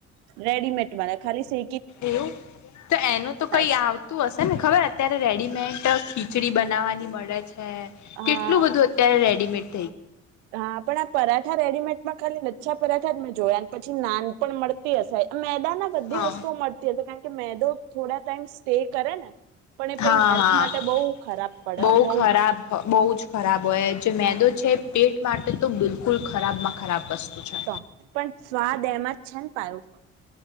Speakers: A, on the right; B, on the left.
A: રેડીમેડ વાળા ખાલી સે
B: એવું તો એનું તો કઈ
A: જ
B: આવતું હશે ને ખબર અત્યારે રેડીમેડ ખી ખીચડી બનાવવાની મળે છે હે
A: હા
B: કેટલું બધું અત્યારે રે. <unintelligible>
A: હા પણ આ પરાઠા રેડીમેડ માં ખાલી નથ પાચછા પરાખાત મેં જોયા પછી નાન પણ મળતી હશે મેદાના બધી
B: હા
A: વસ્તુઓ મળતી હશે કારણ કે મેદો થોડા ટાઈમ સ્ટે કરે ને પણ એ
B: હા
A: પઈ હેલ્થ
B: હા
A: માટે બહુ ખરાબ પડે
B: બહુ ખરાબ
A: જ
B: બહુ જ ખરાબ હોય જે મેંદો છે પેટ માટે તો બિલકુલ ખરાબ માં ખરાબ વસ્તુ. છે
A: તો પણ સ્વાદ એમાં છે. પાયો